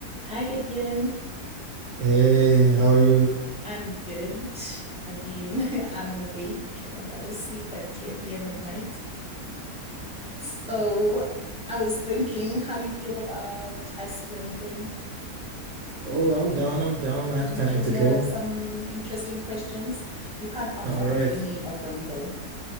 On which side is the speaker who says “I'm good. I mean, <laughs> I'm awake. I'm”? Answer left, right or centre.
Centre